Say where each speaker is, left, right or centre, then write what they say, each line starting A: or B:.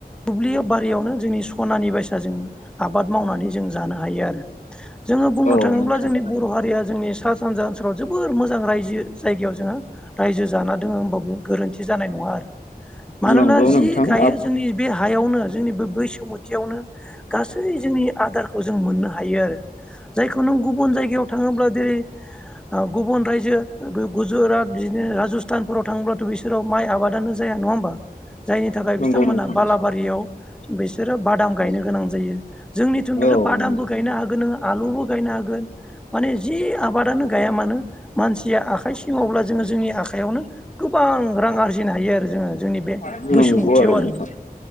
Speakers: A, in the centre; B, on the left.
A: दुब्लियाव बारियावनो जोंनि सनानि बाय साजों आबाद मावनानै जों जानो हायो आरो जोंङो बुंनो
B: औ
A: थाङोब्ला
B: नोंथां
A: जोंनि बर' हारिया जोंनि सा सानजा ओनसोलाव जोबोर मोजां रायजो जायगायाव जोंङो रायजो जानानै दोङो होनबाबो गोरोन्थि जानाय नंङा आरो मानोना
B: नंगौ
A: जि
B: नोंथां
A: गायो
B: आ
A: जोंनि बे हायावनो जोंनि बे बैसुमुथियावनो गासै जोंनि आदारखौ जों मोननो हायो आरो। जायखौ नों गुबुन जायगायाव थाङोब्ला जेरै ओ गुबुन रायजो गुजरात बिदिनो राजस्थानफोराव थाङोब्लाथ' बिसोराव माइ आबादानो जाया नङा होमबा जायनि नि थाखाय बिथांमोना
B: नंगौ नोंथां
A: बालाबारियाव बिसोरो बादाम गायनो गोनां जायो। जोंनिथिंथ'
B: औ
A: बादामबो
B: नंगौ
A: गायनो हागोन नोंङो आलुबो गायनो हागोन माने जि आबादनो गाया मानो मानसिया आखाइ सिङावब्ला जोङो जोंनि आखाइयावनो गोबां रां आरजिनो हायो आरो जोङो जोंनि बे
B: आरो
A: बैसुमुथियाव आरो
B: नोंथां